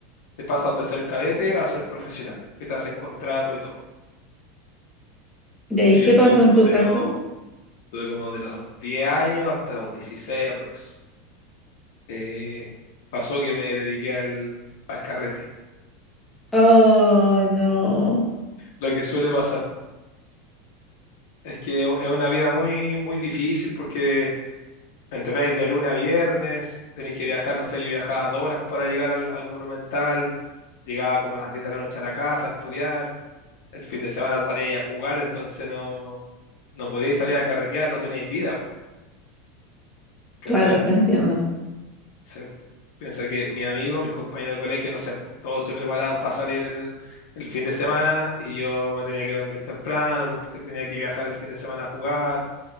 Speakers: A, on the left; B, in the centre.
A: te pasas de ser cadete a ser profesional, que te hacen contrato y todo.
B: ya,
A: Entonces
B: ¿Y ahí qué
A: yo estuve
B: pasó
A: como
B: en tu
A: de
B: caso?
A: los, estuve como de los 10 años hasta los 16 aprox. Eh, pasó que me dediqué al, al carrete.
B: Oh, no.
A: Lo que suele pasar es que es una vida muy, muy difícil porque Entrenáis de lunes a viernes, tenéis que viajar, no sé, yo viajaba dos horas para llegar al, al Monumental, llegaba como a las 10 de la noche a la casa a estudiar, el fin de semana salíais a jugar, entonces no, no podíais salir a carretear, no teníais vida, po, ¿cachai?
B: Claro, te entiendo.
A: Sí, po. Piensa que mis amigos, mis compañeros de colegio, no sé, po, todos se preparaban para salir el, el fin de semana y yo me tenía que dormir temprano porque tenía que viajar el fin de semana a jugar,